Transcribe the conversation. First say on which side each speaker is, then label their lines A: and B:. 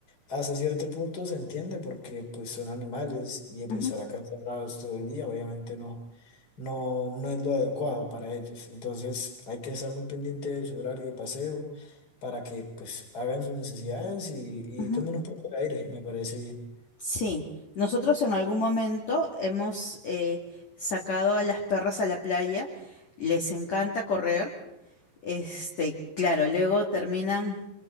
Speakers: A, on the left (about 25°); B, on the left (about 50°).
A: hasta cierto punto se entiende porque pues son animales y el
B: Ujú,
A: estar acá encerrados todo el día obviamente no, no, no es lo adecuado para ellos. Entonces hay que estar muy pendiente de su horario de paseo para que pues hagan sus necesidades y,
B: ujú.
A: y tomen un poco de aire, me parece bien.
B: Sí, nosotros en algún momento hemos eh, sacado a las perras a la playa, les encanta correr, este, claro, luego terminan